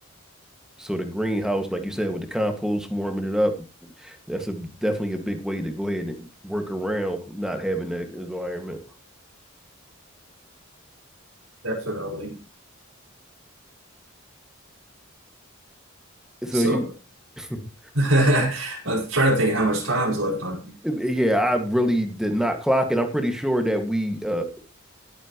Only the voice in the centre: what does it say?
So the greenhouse, like you said, with the compost warming it up, that's a definitely a big way to go ahead and work around not having that environment.
So
you, <laughs>
yeah, I really did not clock it. I'm pretty sure that we uh,